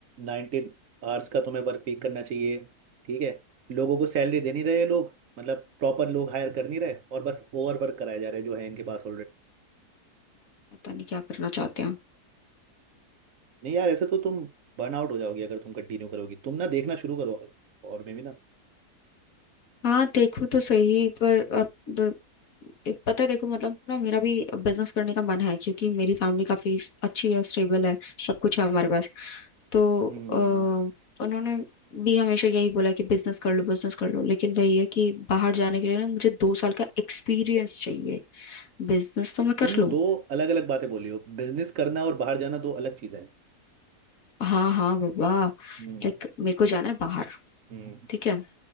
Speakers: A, on the right (about 60°); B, on the left (about 60°).
A: 19 आवर्स का तुम्हें वर्क वीक करना चाहिए ठीक है लोगों को सैलरी दे नहीं रहे ये लोग मतलब प्रॉपर लोग हायर कर नहीं रहे और बस ओवर वर्क कराए जा रहे हैं जो है इनके पास
B: पता नहीं क्या करना चाहते हैं
A: नहीं यार ऐसे तो तुम बर्न आउट हो जाओगी अगर तुम कंटिन्यू करोगी तुम ना देखना शुरू करो और में भी ना
B: हाँ देखो तो सही पर अब एक पता है देखो मतलब ना मेरा भी बिजनेस करने का मन है क्योंकि मेरी फैमिली काफी अच्छी है स्टेबल है सब कुछ है हमारे पास तो अ,
A: हम्म
B: उन्होंने भी हमेशा यही बोला कि बिजनेस कर लो बिजनेस कर लो लेकिन वही है कि बाहर जाने के लिए ना मुझे दो साल का एक्सपीरियंस चाहिए बिजनेस तो मैं
A: तुम
B: कर लूँ
A: दो अलग अलग बातें बोली हो बिजनेस करना और बाहर जाना दो अलग चीजें हैं
B: हाँ हाँ बाबा
A: हम्म
B: लाइक मेरे को जाना है बाहर
A: हम्म
B: ठीक है